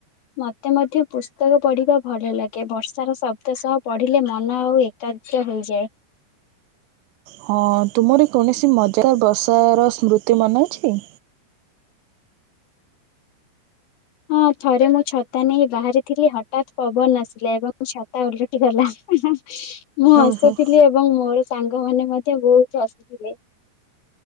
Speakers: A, on the left (about 60°); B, on the right (about 80°).
A: ମୋତେ ମଧ୍ୟ ପୁସ୍ତକ ପଢିବା ଭଲ ଲାଗେ ବର୍ଷାର ଶବ୍ଦ ସହ ପଢିଲେ ମନ ଆଉ ଏକ ତାଯ୍ୟ ହୋଇଯାଏ।
B: ହଁ ତୁମର କୌଣସି ମଜାଦାର ବର୍ଷାର ସ୍ମୃତି ମନେଅଛି?
A: ହଁ ଥରେ ମୁଁ ଛତା ନେଇ ବାହାରିଥିଲି ହଠାତ ପବନ ଆସିଲେ ଏବଂ ଛତା ଓଲଟିଗଲା। ମୁଁ ହସୁଥିଲି
B: ଓହୋ
A: ଏବଂ ମୋର ସାଙ୍ଗ ମାନ ମଧ୍ୟ ବହୁତ ହସିଥିଲେ।